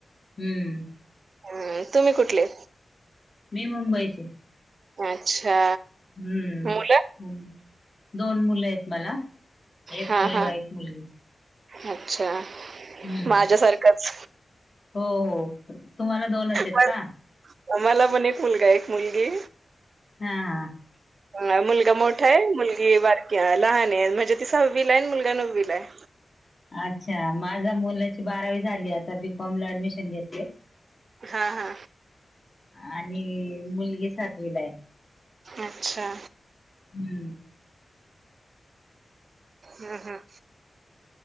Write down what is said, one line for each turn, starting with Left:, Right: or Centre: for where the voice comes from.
Left: हम्म.
Right: अ तुम्ही कुठले?
Left: मी मुंबईची.
Right: अच्छा.
Left: हम्म.
Right: मुलं?
Left: हो. दोन, मुलं आहेत मला, एक
Right: हां,
Left: मुलगा,
Right: हां.
Left: एक मुलगी
Right: अच्छा,
Left: हम्म
Right: माझ्यासारखंच,
Left: हो हो तुम्हाला दोनच आहेत
Right: पण
Left: का
Right: मला पण, एक मुलगा, एक मुलगी,
Left: हा हा
Right: ह, मुलगा मोठा आहे. मुलगी बारकी्या, लहान आहे, म्हणजे ती सहावीलाआहे. आणि मुलगा नववीला आहे.
Left: अच्छा, माझा मुल बारावी झाली, आता बीकॉम ला, ऍडमिशन घेतली.
Right: हा, हा
Left: आणि, मुलगी सातवीला आहे.
Right: अच्छा,
Left: हम्म,
Right: हम्, हम्,